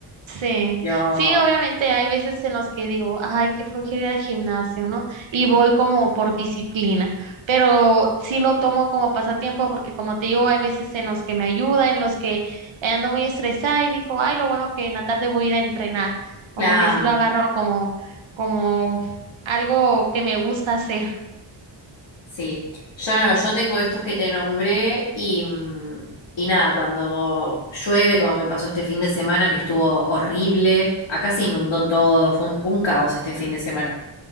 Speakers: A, on the right; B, on the left.
A: Sí,
B: Yo,
A: sí, obviamente hay veces en los que digo, ay, qué flojera ir al gimnasio, ¿no? Y voy como por disciplina, pero sí lo tomo como pasatiempo porque como te digo, hay veces en los que me ayuda, en los que ando muy estresada y digo, ay, lo bueno que en la tarde voy a ir a entrenar, como
B: claro,
A: que sí lo agarro como, como algo que me gusta hacer,
B: sí. Yo no, yo tengo estos que te nombré y, mm, y nada, cuando llueve, como me pasó este fin de semana, que estuvo horrible, acá se inundó todo, fue un un caos este fin de semana.